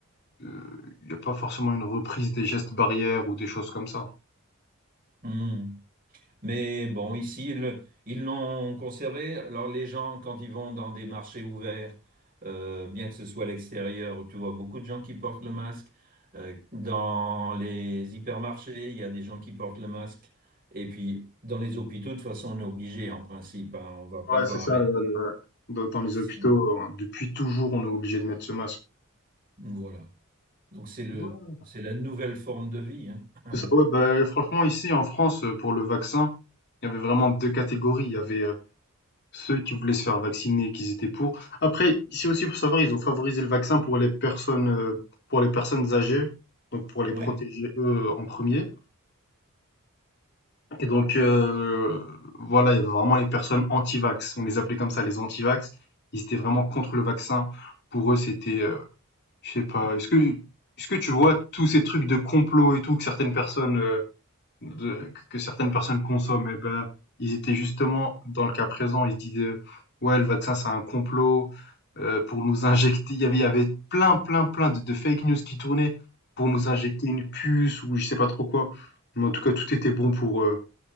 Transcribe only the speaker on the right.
Hum. Mais bon, ici, le- ils l'ont conservé. Alors, les gens, quand ils vont dans des marchés ouverts, euh, bien que ce soit à l'extérieur, tu vois beaucoup de gens qui portent le masque. Euh, dans les hypermarchés, il y a des gens qui portent le masque. Et puis, dans les hôpitaux, de toute façon, on est obligé, en principe. hein. On va pas
voir
un médecin.
sans-
Voilà. Donc c'est le,
c'est la nouvelle forme de vie, hein.
<clears throat> <laughs>
Oui.